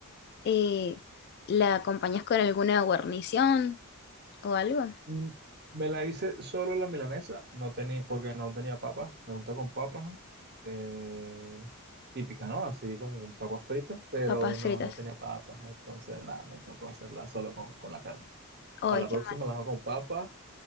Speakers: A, on the left (about 45°); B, on the right (about 50°).
A: ¿Y la acompañás con alguna guarnición o algo?
B: Mm, Me la hice solo la milanesa, no tenía, porque no tenía papas. Me gusta con papas, eh, típica, ¿no? Así como con papas fritas, pero
A: Papas
B: no,
A: fritas.
B: no tenía papas. Entonces, nada, me tocó hacerla solo con, con la carne.
A: Ay,
B: Para la
A: qué
B: próxima la hago con papas